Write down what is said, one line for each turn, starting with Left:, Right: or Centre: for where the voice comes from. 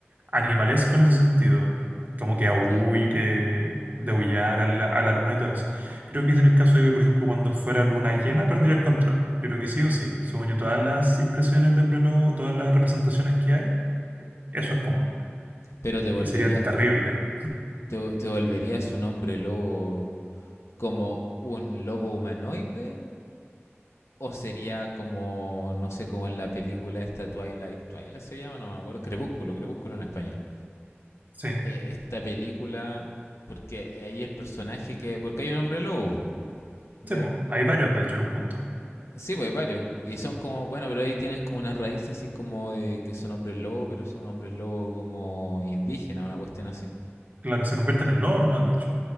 Right: animales con ese sentido como que ahuy
Left: Ya.
Right: que deullar a la a la luna y todo eso creo que es en el caso de que por ejemplo cuando fuera luna llena perder el control yo creo que sí o sí según yo, todas las impresiones de hombre lobo todas las representaciones que hay eso es común
Left: pero te volverías,
Right: y sería terrible
Left: te, te volverías un hombre lobo como un lobo humanoide o sería como, no sé, como en la película esta Twilight, Twilight se llama, no me acuerdo, Crepúsculo, Crepúsculo en español.
Right: sí
Left: eh, esta película, porque ahí el personaje que, porque hay un hombre lobo, ¿ya?
Right: sí bueno hay varios de hecho en un punto
Left: Sí, pues varios. Y son como, bueno, pero ahí tienen como unas raíces así como de que son hombres lobo, pero son hombres lobo como indígenas, una cuestión así.
Right: claro se convierten en lobos no más de hecho